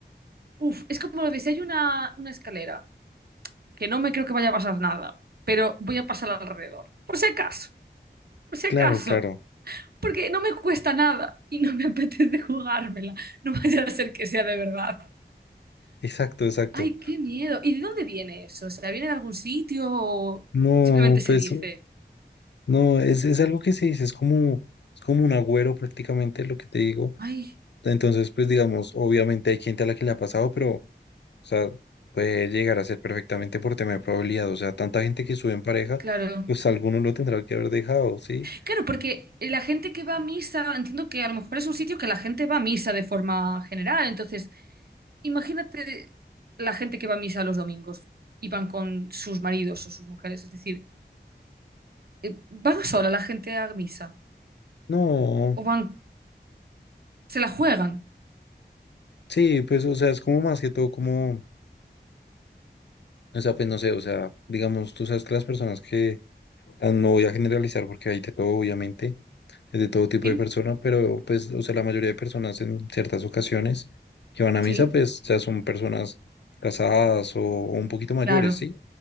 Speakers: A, on the right; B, on the left.
A: Uf, es como lo de si hay una, una escalera, que no me creo que vaya a pasar nada, pero voy a pasar alrededor, por si acaso, por si
B: claro,
A: acaso,
B: claro,
A: porque no me cuesta nada y no me <laughs> apetece jugármela, no vaya a ser que sea de verdad.
B: exacto, exacto.
A: Ay, qué miedo. ¿Y de dónde viene eso? O sea, ¿viene de algún sitio o
B: No,
A: simplemente se
B: pues,
A: dice?
B: no, es, es algo que se dice, es como, es como un agüero prácticamente lo que te digo.
A: Ay,
B: Entonces, pues digamos, obviamente hay gente a la que le ha pasado, pero O sea, puede llegar a ser perfectamente por tema de probabilidad. O sea, tanta gente que sube en pareja,
A: claro.
B: pues alguno lo tendrá que haber dejado, ¿sí?
A: Claro, porque la gente que va a misa, entiendo que a lo mejor es un sitio que la gente va a misa de forma general. Entonces, imagínate la gente que va a misa los domingos y van con sus maridos o sus mujeres. Es decir, eh, ¿van sola la gente a misa?
B: No,
A: ¿O van, se la juegan?
B: sí, pues, o sea, es como más que todo como, o sea, pues no sé, o sea, digamos, tú sabes que las personas que, ah, no voy a generalizar porque hay de todo, obviamente, es de todo tipo
A: ¿Sí?
B: de personas, pero pues, o sea, la mayoría de personas en ciertas ocasiones que van a misa,
A: Sí,
B: pues, ya son personas casadas o, o un poquito mayores,
A: claro.
B: ¿sí?